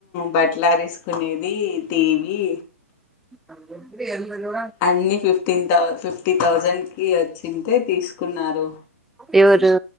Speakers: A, on the left (about 35°); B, in the centre.
A: బట్టలారేసుకునేది టీవీ
B: అ ఎప్పు ఎర రూ
A: అన్ని ఫిఫ్టీన్ ఫిఫ్టీ థౌజండ్ కి వచ్చింటె తీసుకున్నారు.
B: ఎవరు